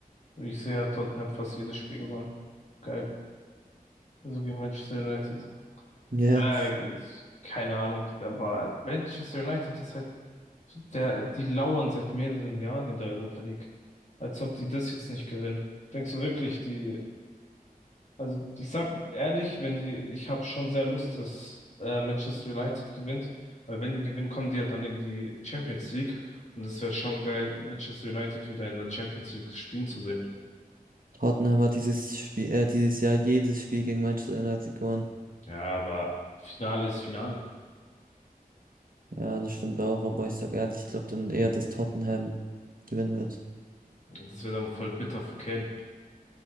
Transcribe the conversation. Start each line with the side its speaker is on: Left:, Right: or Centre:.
Left: Ich sehe ja Tottenham fast jedes Spiel gewonnen. Geil. Also gegen Manchester United.
Right: Ja,
Left: Äh, keine Ahnung, aber Manchester United ist halt Der, die lauern seit mehreren Jahren in der Europa League. Als ob die das jetzt nicht gewinnen. Denkst du wirklich, die, also ich sag ehrlich, wenn die, ich habe schon sehr Lust, dass äh, Manchester United gewinnt, weil wenn die gewinnen, kommen die ja dann in die Champions League und es wäre schon geil, Manchester United wieder in der Champions League spielen zu sehen.
Right: Tottenham hat dieses Spiel, äh, dieses Jahr jedes Spiel gegen Manchester United gewonnen.
Left: Ja, aber Finale ist Finale.
Right: Ja, das stimmt auch, aber ich sag ehrlich, ich glaube dann eher, dass Tottenham gewinnen wird.
Left: Und das wäre dann voll bitter für Kane.